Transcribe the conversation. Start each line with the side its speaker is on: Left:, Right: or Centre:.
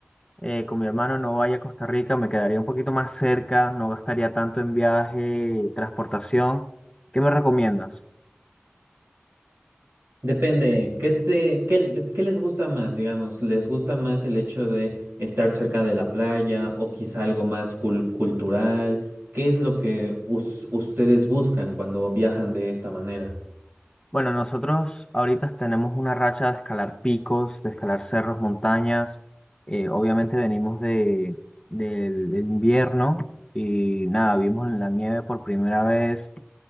Left: eh, con mi hermano y no vaya a Costa Rica, me quedaría un poquito más cerca, no gastaría tanto en viaje, transportación. ¿Qué me recomiendas?
Right: Depende, ¿qué te, qué, qué les gusta más, digamos? ¿Les gusta más el hecho de estar cerca de la playa o quizá algo más cul- cultural? ¿Qué es lo que us- ustedes buscan cuando viajan de esta manera?
Left: Bueno, nosotros ahorita tenemos una racha de escalar picos, de escalar cerros, montañas. Eh, obviamente venimos de, del, del invierno y nada, vimos la nieve por primera vez.